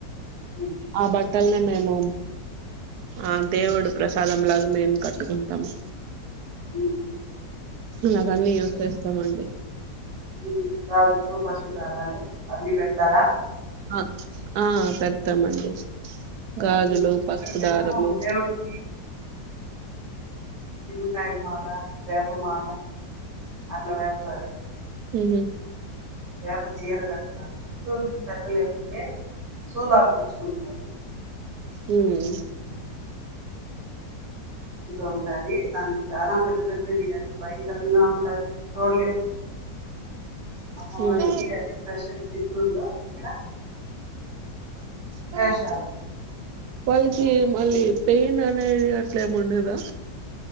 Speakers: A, on the right (about 50°); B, on the right (about 70°).
A: ఉమ్,
B: ఆ బట్టల్ నే నే మేము ఆ దేవుడు ప్రసాదం లాగా మేము కట్టుకుంటాము
A: ఉమ్,
B: నాకన్నీ యూజ్ చేస్తామండి
A: ఉమ్, గాజులు పసుపుదారాలు అన్ని పెడ్తారా
B: ఆ ఆ పెడతామండి గాజులు
A: ఉమ్,
B: పప్పుదారము
A: ఇక్కడ మేము దేవుడికి నిమ్ముకాయలు మాలా వేపమాల అట్లా పెడతారు
B: ఉహు
A: ఏ చీర కడతారు స్పెషల్ ఏమంటే సూలాలు కుచ్చుగుంటారు
B: ఉమ్
A: ఉంటాది చాలా పెద్ద పెద్దవి అది భయంకరంగా ఉంటంది చూడలేము. అమ్మవారికి
B: హ్మ్
A: అది స్పెషల్ చిత్తూరులో ఇక్కడ
B: హ్మ్
A: వేషాలు
B: వాళ్ళకి మళ్ళీ పెయిన్ అనేది అట్లా ఏమ్ ఉండదా